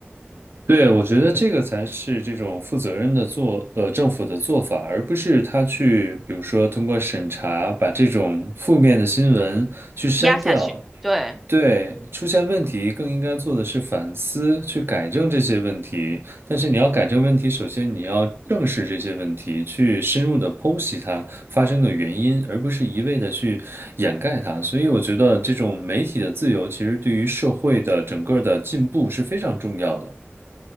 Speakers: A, on the right; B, in the centre.
A: 对，我觉得这个才是这种负责任的做，呃，政府的做法，而不是他去，比如说通过审查把这种负面的新闻去删掉，
B: 压下去。对，
A: 对，出现问题更应该做的是反思，去改正这些问题。但是你要改正问题，首先你要正视这些问题，去深入的剖析它发生的原因，而不是一味的去掩盖它。所以我觉得这种媒体的自由，其实对于社会的整个的进步是非常重要的。